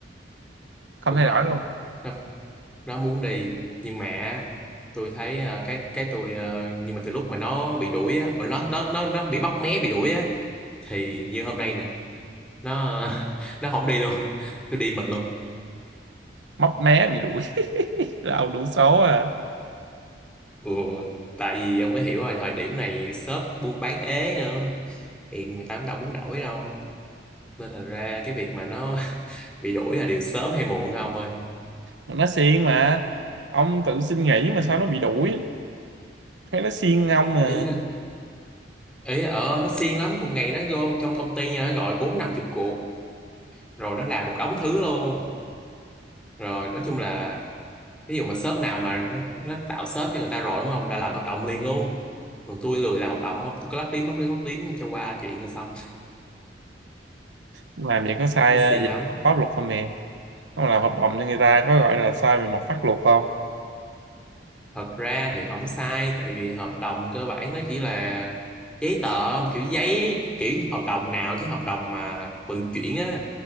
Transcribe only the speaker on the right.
không
thay
đổi luôn
mấp mé bị đuổi <laughs> là ông đủ số à
mà nó siêng mà ông tự xin nghỉ mà sao nó bị đuổi thấy nó siêng ông mà
làm vậy có
sai
ờ, về
mặt pháp luật không nè không làm hợp đồng cho người ta có gọi là sai về mặt pháp luật không